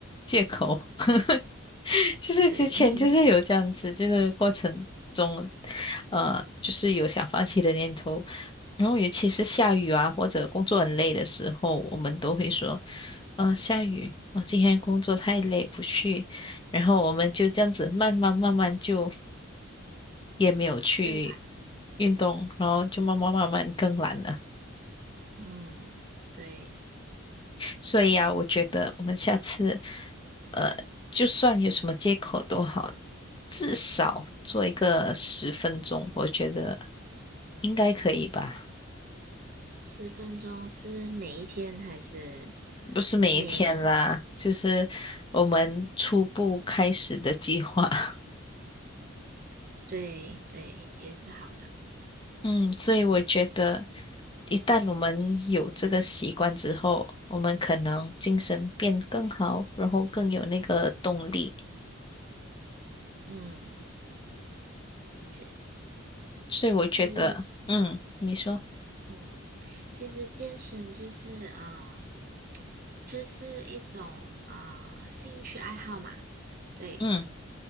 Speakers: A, on the left; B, on the right.
A: 借口。<laughs> 就是之前就是有这样子，
B: 对，<laughs>
A: 就是过程中，呃，就是有想放弃的念头。然后尤其是下雨啊，或者工作很累的时候，我们都会说，呃，下雨，我今天工作太累，不去。然后我们就这样子慢慢慢慢就也没有去
B: 就来，
A: 运动，然后就慢慢慢慢更懒了。
B: 嗯，对，
A: 所以啊，我觉得我们下次，呃，就算有什么借口都好，至少做一个十分钟，我觉得应该可以吧？
B: 十分钟是每一天还是
A: 不是每一天啦，
B: 每？
A: 就是我们初步开始的计划。<laughs>
B: 对对，也是好的，
A: 嗯，所以我觉得，一旦我们有这个习惯之后，我们可能精神变更好，然后更有那个动力。
B: 嗯，其
A: 所以我觉得，
B: 其实，
A: 嗯，你说，
B: 嗯，其实健身就是啊、呃就是一种啊、呃兴趣爱好嘛，对，
A: 嗯，